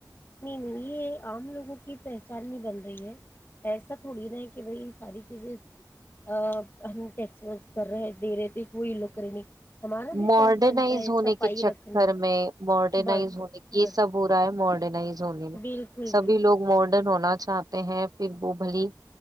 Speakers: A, on the left; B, on the right.
A: نہیں نہیں یہ عام لوگوں کی پہچان ہی بن رہی ہے ایسا تھوڑی نہ کہ بھائی یہ ساری چیزیں ہم ٹیکس کر رہے دے رہے تھے کوئی لوگ کر نہیں ہمارا بھی
B: ماڈرنائز
A: فرض بنتا ہے
B: ہونے
A: صفائی
B: کے چکر
A: رکھنا
B: میں ماڈرنائز
A: بس
B: ہونے
A: بس بس
B: یہ سب ہو رہا ہے ماڈرن ز ہو
A: بالکل
B: سبھی
A: بالکل
B: لوگ ماڈرن ہونا چاہتے ہیں پھر وہ بھلی